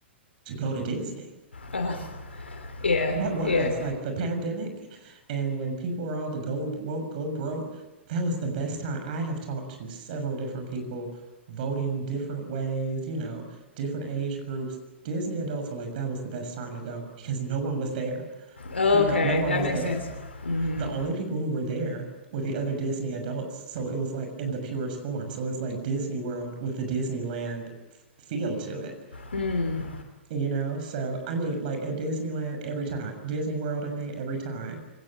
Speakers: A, on the right; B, on the left.
A: to go to Disney
B: Uh, yeah.
A: That was
B: Yeah.
A: like the pandemic. And when people were all the go woke, go broke, that was the best time. I have talked to several different people voting different ways, you know, different age groups. Disney adults are like, that was the best time to go because no one was there.
B: Okay,
A: You know, no one
B: that
A: was
B: makes
A: there.
B: sense. Mm-hmm.
A: The only people who were there were the other Disney adults. So it was like in the purest form. So it's like Disney World with the Disneyland f- feel to it
B: Mm.
A: you know so i mean like at disneyland every time disney world i mean every time